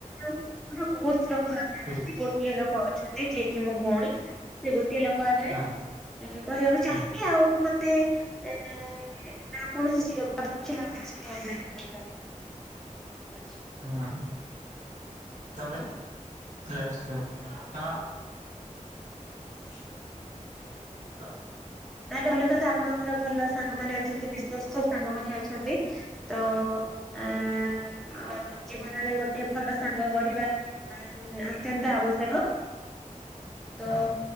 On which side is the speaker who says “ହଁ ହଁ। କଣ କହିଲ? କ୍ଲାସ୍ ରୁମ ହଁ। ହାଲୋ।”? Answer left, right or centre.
Right